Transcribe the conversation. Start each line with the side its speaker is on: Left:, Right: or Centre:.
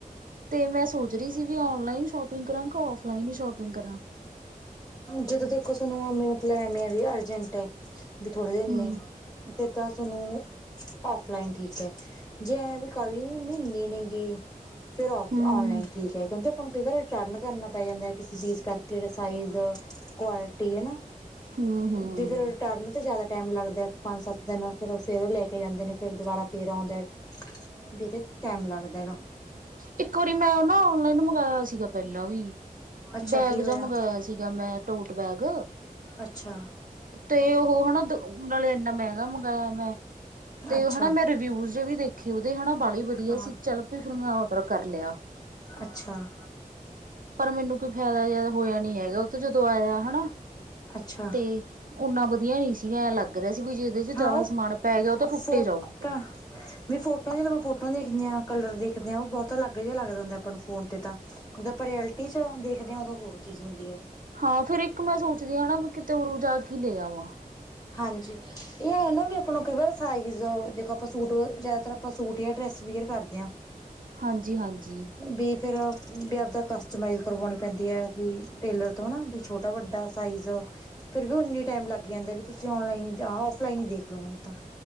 Right: ਤੇ ਮੈਂ ਸੋਚ ਰਹੀ ਸੀ ਵੀ ਔਨਲਾਈਨ ਸ਼ੋਪਿੰਗ ਕਰਾਂ ਕਿ ਉਫਲਾਈਨ ਹੀ ਸ਼ੋਪਿੰਗ ਕਰਾਂ।
Left: ਜਦੋਂ ਦੇਖੋ ਤੁਨੂੰ ਮਤਲਬ ਐਵੇਂ ਆ ਵੀ ਅਰਜੈਂਟ ਏ ਵੀ ਥੋੜੇ ਦਿਨ
Right: ਹਮ
Left: ਨੇ ਫਿਰ ਤਾਂ ਤੁਆਨੁ ਔਫਲਾਈਨ ਠੀਕ ਹੈ। ਜੇ ਐਂਵੀ ਕਾਵਿ ਮਹਿੰਗੀ ਨਈ ਹੈਗੀ, ਫਿਰ ਔਫਲਾਈਨ
Right: ਹਮ
Left: ਓਨਲਾਈਨ ਠੀਕ ਹੈ। ਕਿਉਂਕਿ ਆਪਾਂ ਵਾਰ ਰਿਟਰਨ ਕਰਨਾ ਪੈ ਜਾਂਦਾ ਹੈ ਕਿਸੇ ਚੀਜ਼ ਕਰਕੇ ਜਿਹੜਾ ਸਾਈਜ਼ ਕੁਆਲਿਟੀ ਹੈਨਾ।
Right: ਹਮ ਹਮ
Left: ਤੇ ਫੇਰ ਰਿਟਰਨ ਤੇ ਜਿਆਦਾ ਟਾਈਮ ਲਗਦੈ। ਪੰਜ ਸੱਤ ਦਿਨ ਫਿਰ ਫੇਰ ਉਹ ਲੈ ਕੇ ਜਾਂਦੇ ਨੇ ਫੇਰ ਦੁਬਾਰਾ ਫੇਰ ਆਉਂਦਾ। ਬੀ ਇਹਦੇ ਤੇ ਟਾਈਮ ਲੱਗਦਾ ਹੈਗਾ।
Right: ਇੱਕ ਵਾਰੀ ਮੈਂ ਨਾਔਨਲਾਈਨ ਮੰਗਇਆ ਸੀਗਾ ਪਹਿਲਾਂ ਵੀ।
Left: ਅੱਛਾ
Right: ਬੈਗ
Left: ਕੀ ਹੋਇਆ
Right: ਜਾ ਮੰਗਵਾਇਆ ਸੀਗਾ ਮੈਂ ਟੋਟ ਬੈਗ।
Left: ਅੱਛਾ
Right: ਤੇ ਉਹ ਹਨਾ ਨਾਲੇ ਇੰਨਾ ਮਹਿੰਗਾ ਮੰਗਵਾਇਆ ਮੈਂ ਤੇ
Left: ਅੱਛਾ
Right: ਹਨਾ ਮੈਂ ਰਿਵਿਊ ਵੀ ਦੇਖੇ ਉਹਦੇ ਬਾਲੇ ਹੀ ਵਧੀਆ
Left: ਹਾਂ
Right: ਸੀ ਚੱਲ ਫਿਰ ਮੈਂ ਔਡਰ ਕਰ ਲਿਆ
Left: ਅੱਛਾ। ਹਮ-
Right: ਪਰ ਮੈਨੂੰ ਕੋਈ ਫਾਇਦਾ ਜਯਾ ਹੋਇਆ ਨੀ ਹੈਗਾ ਉਹ ਤੇ ਜਦੋਂ ਆਇਆ ਹਨਾ
Left: ਅੱਛਾ
Right: ਤੇ ਉਨਾ ਵਧੀਆ ਨੀ ਸੀਗਾ ਐਂ ਲੱਗ ਰਿਹਾ ਸੀ ਵੀ ਜੇ ਇਹਦੇ ਚ
Left: ਹਾਂ
Right: ਜ਼ਿਆਦਾ
Left: ਉਹ
Right: ਸਮਾਨ ਪੈ ਗਿਆ ਉਹ ਤਾਂ ਟੁੱਟ
Left: ਫੋਟਾ
Right: ਹੀ ਜਾਊਗਾ
Left: ਵੀ ਫੋਟੋਆਂ ਜਦੋਂ ਮੈਂ ਫੋਟੋਆਂ ਦੇਖਦੀ ਹਾਂ ਕਲਰ ਦੇਖਦੀ ਹਾਂ ਉਹ ਬਹੁਤ ਅਲੱਗ ਜਿਹਾ ਲੱਗਦਾ ਹੁੰਦਾ ਆਪਾਂ ਨੂੰ ਫੋਨ ਤੇ ਤਾਂ ਜਦੋਂ ਆਪਾਂ ਰਿਐਲਟੀ ਚ ਦੇਖਦੇ ਹਾਂ ਉਦੋਂ ਹੋਰ ਚੀਜ਼ ਹੁੰਦੀ ਹੈ
Right: ਹਾਂ, ਫੇਰ ਇੱਕ ਮੈਂ ਸੋਚਦੀ ਵੀ ਕਿਤੇ ਹੋਰ ਜਾ ਕੇ ਲੈ ਆਵਾਂ
Left: ਹਾਂਜੀ। ਇਹ ਹੈ ਨਾ ਵੀ ਆਪਾਂ ਨੂੰ ਕਈ ਵਾਰ ਸਾਈਜ਼ ਦੇਖੋ ਆਪਾਂ ਸੂਟ ਜਿਆਦਾਤਰ ਆਪਾਂ ਸੂਟ ਜਾਂ ਡਰੈਸ ਵੀਅਰ ਕਰਦੇ ਹਾਂ
Right: ਹਾਂਜੀ ਹਾਂਜੀ
Left: ਬੀ ਫਿਰ ਵੀ ਆਪਦਾ ਕਸਟਮਾਈਜ਼ ਕਰਵਾਉਣੀ ਪੈਂਦੀ ਹੈ ਵੀ ਟੇਲਰ ਤੋਂ ਹੈ ਨਾ ਵੀ ਛੋਟਾ ਵੱਡਾ ਸਾਈਜ਼ ਫਿਰ ਵੀ ਉਨੀ ਟਾਈਮ ਲੱਗ ਜਾਂਦਾ ਵੀ ਤੁਸੀਂ ਆਨਲਾਈਨ ਹੀ ਨਹੀਂ ਤਾਂ ਆ ਆਫਲਾਈਨ ਹੀ ਦੇਖ ਲੋ ਹੁਣ ਤਾਂ